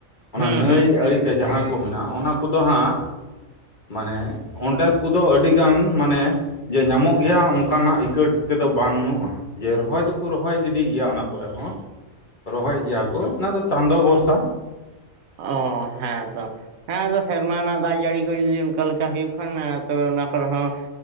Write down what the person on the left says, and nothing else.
ᱚᱱᱟ
ᱱᱟᱹᱭ
ᱟᱸᱲᱮᱛᱮ ᱡᱟᱦᱟᱸ ᱠᱚ ᱢᱮᱱᱟᱜᱼᱟ ᱚᱱᱟ ᱠᱚᱫᱚ ᱦᱟᱸᱜ ᱢᱟᱱᱮ ᱚᱸᱰᱮ ᱠᱚᱫᱚ ᱟᱹᱰᱤᱜᱟᱱ ᱢᱟᱱᱮ ᱡᱮ ᱧᱟᱢᱚᱜ ᱜᱮᱭᱟ ᱚᱱᱠᱟᱱᱟᱜ ᱤᱠᱟᱹᱴ ᱛᱮᱫᱚ ᱵᱟᱹᱱᱩᱜᱼᱟ ᱡᱮ ᱨᱚᱦᱚᱭ ᱫᱚᱠᱚ ᱨᱚᱦᱚᱭ ᱜᱤ ᱴᱷᱤᱠ ᱜᱮᱭᱟ ᱚᱱᱟ ᱠᱚᱨᱮ ᱦᱚᱸ ᱨᱚᱦᱚᱭ ᱜᱮᱭᱟ ᱠᱚ ᱚᱱᱟᱫᱚ ᱪᱟᱸᱫᱚ ᱵᱷᱚᱨᱥᱟ